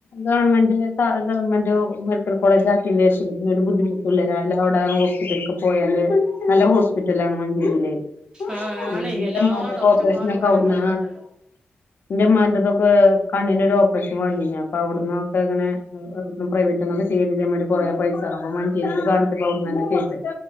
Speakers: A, on the left (about 55°); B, on the right (about 15°).
A: ഗവൺമെന്റിൽത്ത ആ ഗവൺമെന്റൊ <unintelligible> മെഡിക്കൽ കോളേജ് ആക്കിയന്റെ ഷം പിന്നെ ഒരു ബുദ്ധിമുട്ടൂല്ല രാവിലെ അവടെ ഹോസ്പിറ്റൽക്ക് പോയാല് നല്ല ഹോസ്പിറ്റലാണ് മഞ്ചേരിലെ
B: ആഹ്
A: ഉം
B: ആണേ
A: ഇന്റമ്മാന്റെ
B: എല്ലാ ഡോക്ടർമാരും
A: ഓപ്പറേഷന് ഒക്കെ
B: കാര്യങ്ങളൊക്കെ
A: ഔട്ന്നാ
B: ഉണ്ടല്ലോ
A: ഇന്റെമ്മാന്റതും ഇപ്പെ കണ്ണിന് ഒരു ഓപ്പറേഷൻ വാണ്ടിനി അപ്പ അവിട് ന്നൊക്കെ ഇങ്ങനെ <unintelligible> പ്രൈവറ്റ്ന്നൊക്കെ ചെയ്യണെങ്ക് ഞമ്മളെ കൊറേ പൈസാണം അഹ്‌മാണേ ചെവീല് കാൺചപ്പം ഔട്ന്നെന്നെ ചെയ്ത്